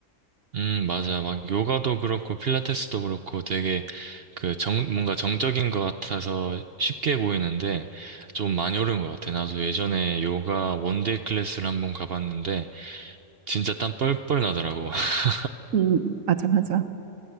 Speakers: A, on the right; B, on the right.
A: 음, 맞아. 막 요가도 그렇고 필라테스도 그렇고 되게 그 정, 뭔가 정적인 것 같아서 쉽게 보이는데 좀 많이 어려운 것 같아. 나도 예전에 요가 원데이 클래스를 한번 가봤는데 진짜 땀 뻘뻘 나더라고. <laughs>
B: 음, 맞아, 맞아.